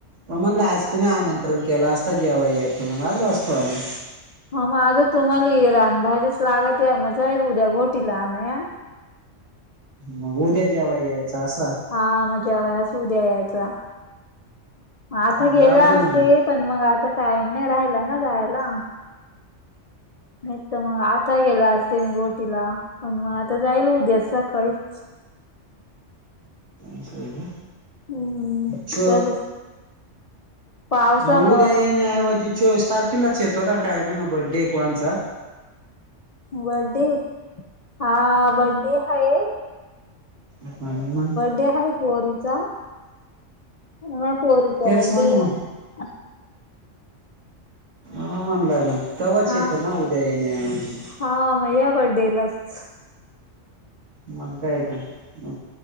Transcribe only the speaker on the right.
मग म्हणलं आज तुम्ही आमं कार्यक्रम केला असता जेव्हा येतो मग आलो असतो आम्ही.
मग उद्या जेवाय यायचा असं?
जाऊ दे ना
मग.
असं हाय का?
अच्छ,
नऊ दय
न आवजी. चोवीस तारखेलाच येतो ना काय म्हण बर्थडे एक वनचा,
आणि मग.
तेच
म्हण
मग.
अहं म्हणलं मग, तवाच
येतो ना उद्या येण्याऐवजी.
मग काय तर मग,